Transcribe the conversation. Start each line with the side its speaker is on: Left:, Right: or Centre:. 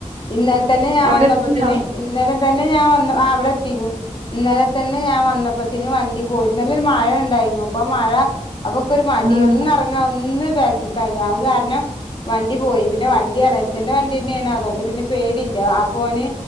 Left: ഇന്നലെ തന്നെ ഞാൻ
Right: അവിടെ
Left: വന്നപ്പത്തിന്
Right: എത്തിയോ
Left: ഇന്നലെ തന്നെ ഞാൻ വന്ന് ആ വിടെ എത്തിക്കണ് ഇന്നലെ തന്നെ ഞാൻ വന്നപ്പത്തിന് വണ്ടി പോയി ന്നലെ ഒരു മഴ ണ്ടായിരുന്നു അപ്പൊ മഴ അപ്പക്കൊരു മടി
Right: ആഹ്
Left: ഒന്നെറങ്ങാ ഒന്ന് ബാക്കിക്കായ അത് കാരണം വണ്ടി പോയി പിന്നെ വണ്ടി എളേച്ചന്റെ വണ്ടി തന്നെയാണ് അതുകൊണ്ട് പിന്നെ പേടില്ല അപോന്